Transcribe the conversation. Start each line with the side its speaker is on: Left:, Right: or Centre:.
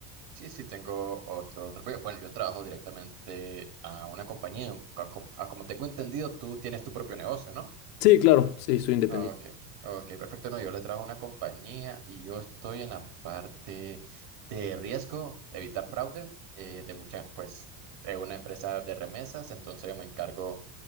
Right: sí, sí tengo otro, otro- Bueno, bueno, yo trabajo directamente a una compañía. A co- a como tengo entendido, tú tienes tu propio negocio, ¿no?
Left: Sí, claro, sí, soy independiente,
Right: Ok, ok, perfecto. No, yo le trabajo a una compañía y yo estoy en la parte de riesgo, de evitar fraude eh, de muchas, pues, de una empresa de remesas. Entonces yo me encargo